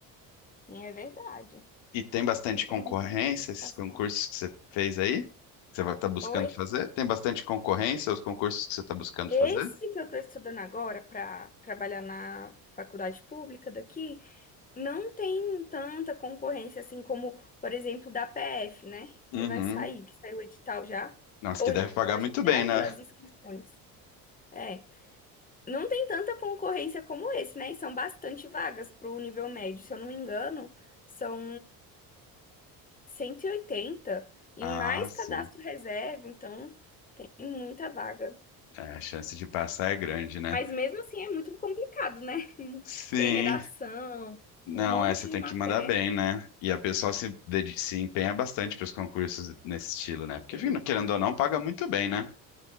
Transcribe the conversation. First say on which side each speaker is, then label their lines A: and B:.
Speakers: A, on the left (about 15°); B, on the left (about 70°).
A: sim, é verdade.
B: E tem bastante
A: Não tem
B: concorrência,
A: muita indicação.
B: esses concursos que você fez aí? Que você vai estar buscando
A: Oi?
B: fazer? Tem bastante concorrência os concursos que você está buscando
A: Esse
B: fazer?
A: que eu estou estudando agora para trabalhar na faculdade pública daqui não tem tanta concorrência assim como, por exemplo, da PF, né? Que
B: Uhum.
A: vai sair, que saiu o edital já.
B: Nossa,
A: Ou
B: que deve
A: eu
B: pagar
A: acho
B: muito
A: que
B: bem,
A: já abriu
B: né?
A: as inscrições. É, não tem tanta concorrência como esse, né? E são bastante vagas para o nível médio, se eu não me engano, são 180 e oitenta e
B: Ah,
A: mais
B: sim.
A: cadastro reserva, então tem muita vaga.
B: É, a chance de passar é grande, né?
A: Mas mesmo assim é muito complicado, né? <laughs>
B: Sim.
A: Tem redação,
B: Não,
A: um monte
B: é, você tem
A: de matéria.
B: que mandar bem, né? E a pessoa se, dedi- se empenha bastante para os concursos nesse estilo, né? Porque,
A: Sim.
B: enfim, querendo ou não, paga muito bem, né?